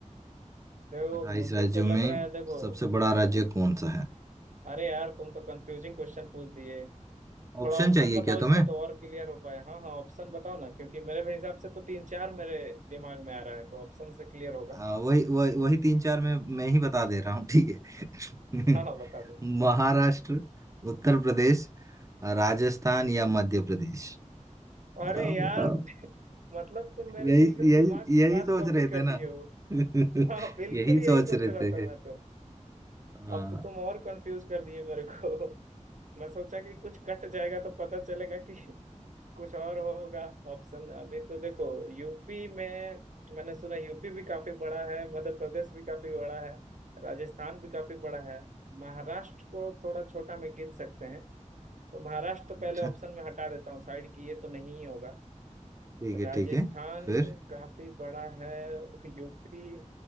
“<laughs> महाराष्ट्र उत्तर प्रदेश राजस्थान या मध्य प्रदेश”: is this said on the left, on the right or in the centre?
Right